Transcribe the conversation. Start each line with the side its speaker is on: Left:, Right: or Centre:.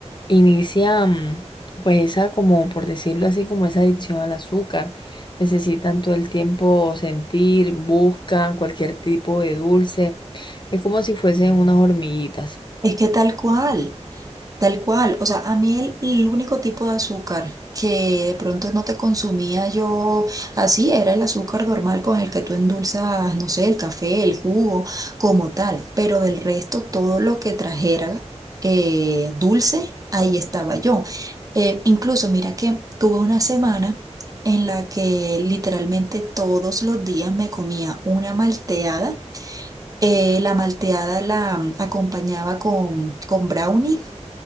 Left: inicia mm, pues esa como por decirlo así como esa adicción al azúcar. Necesitan todo el tiempo sentir, buscan cualquier tipo de dulce. Es como si fuesen unas hormiguitas.
Right: Es que tal cual. Tal cual, o sea, a mí el, el único tipo de azúcar que de pronto no te consumía yo así era el azúcar normal con el que tú endulzas, no sé, el café, el jugo, como tal, pero del resto todo lo que trajera eh, dulce, ahí estaba yo. Eh, incluso mira que tuve una semana en la que literalmente todos los días me comía una malteada. Eh, la malteada la mm, acompañaba con, con brownie